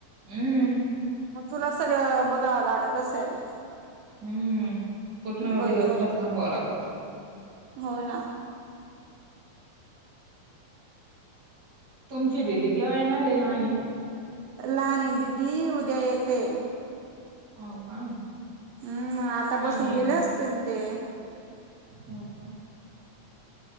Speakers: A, on the right (about 30°); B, on the right (about 80°).
A: हम्म
B: मग तुला सगळं बघावं लागत असेल
A: हम्म पूर्ण
B: बरोबर
A: दिवसभर थांबावावं लागत
B: हो ना
A: तुमची दिीदी किं्हा येणार आहे ल आणि
B: लान दिदी उद्या येते
A: हो का
B: हम्म आता बसून
A: आणि
B: गेले असतील ते
A: हो का